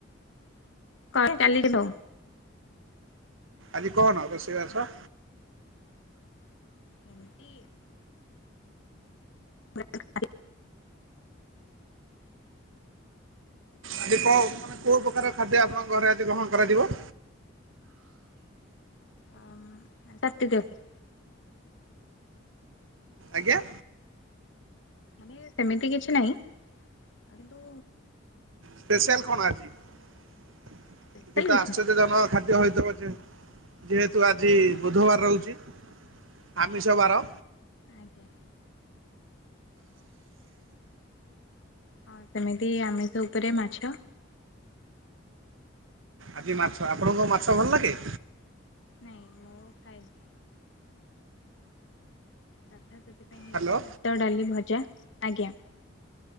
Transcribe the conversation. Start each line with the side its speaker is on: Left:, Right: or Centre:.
Left: କଣ ଚାଲିଛି ସବୁ?
Right: ଆଜି କଣ ହେବ ରୋଷେଇ ବାସ?
Left: ଏମିତି <unintelligible>
Right: ଆଜି କ ମାନେ କୋଉ ପ୍ରକାର ଖାଦ୍ୟ ଆପଣଙ୍କ ଘରେ ଆଜି ଗ୍ରହଣ କରାଯିବ?
Left: ହଁ କାଟିଦିଅନ୍ତୁ।
Right: ଆଜ୍ଞା।
Left: ମାନେ ସେମିତି କିଛି ନାହିଁ କିନ୍ତୁ।
Right: ସ୍ପେସିଆଲ୍ କଣ ଆଜି କିଛି
Left: ସ୍ପେଶାଲ
Right: ତ
Left: କିଛି
Right: ଆଶ୍ଚର୍ଯ୍ୟଜନକ ଖାଦ୍ୟ ହୋଇଥିବ ବୋଧେ ପଛେ ଯେହେତୁ ଆଜି ବୁଧବାର ରହୁଛି। ଆମିଷ ବାର
Left: ଆଜ୍ଞା। ହଁ ସେମିତି ଆମିଷ ଉପରେ ମାଛ।
Right: ଆଜି ମାଛ ଆପଣକୁଙ୍କ ମାଛ ଭଲ ଲାଗେ?
Left: ନାଇଁ ମୁଁ ଖାଏନି। ଭାତ
Right: ହ୍ୟାଲୋ
Left: ଡାଲି ଭଜା ଆଜ୍ଞା।